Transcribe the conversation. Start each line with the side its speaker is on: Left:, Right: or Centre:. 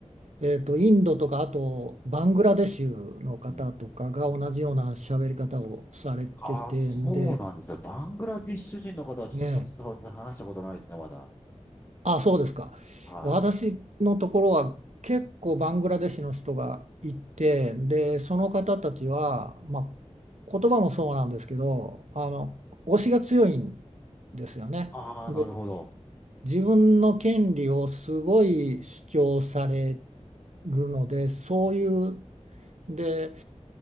Right: えーと、インドとか、あと、バングラデシュの方とかが同じような喋り方をされててんで、
Left: うん。ああ、そうなんですよ。バングラディッシュ人の方はちょっと直接話したことないですね、
Right: ね
Left: まだ。
Right: あ、そうですか。
Left: はい。
Right: 私のところは結構バングラデシュの人がいて、で、その方たちは、まあ、言葉もそうなんですけど、あの、推しが強いんですよね。
Left: ああ、
Right: で、
Left: なるほど。
Right: 自分の権利をすごい主張されるので、そういう、で、